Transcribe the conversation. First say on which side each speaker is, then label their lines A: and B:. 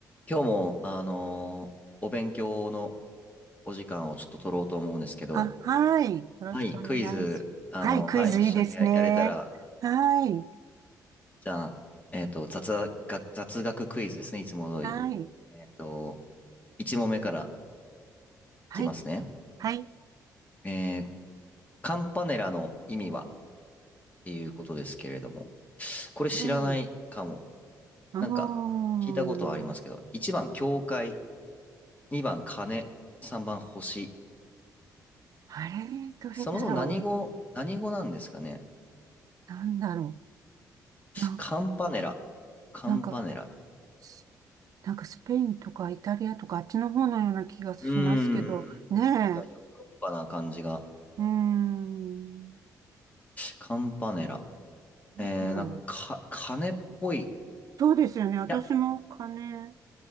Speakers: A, on the left; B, on the right.
A: 今日も、あのーお勉強のお時間をちょっと取ろうと思うんですけど、
B: あ、はい。よろしくお願いします。
A: はい、クイズ、あの、
B: はい、クイズいいですね。
A: はい、一緒にや、やれたら、
B: はい、
A: じゃあ、えっと、雑学、雑学クイズですね、いつも通り。
B: はい、
A: えっと、1問目から
B: はい、
A: いきますね。
B: はい、
A: えーカンパネラの意味はっていうことですけれども、これ知らないかも。
B: はい。うーん。
A: なんか、聞いたことはありますけど、1番、教会、2番、鐘、3番、星。
B: あれ、どれだろ
A: そもそも何語、何語なんですかね
B: う。なんだろう。な、
A: カンパネラ。カンパネラね。
B: なんか、スなんかスペインとかイタリアとかあっちの方のような気がしますけど、
A: うーん。なんかヨーロッパな感じが。
B: ねえ。うーん。
A: カンパネラ。
B: なんだろう。
A: えー、なんか、か、鐘っぽい。い
B: そうですよね。私も金、
A: や、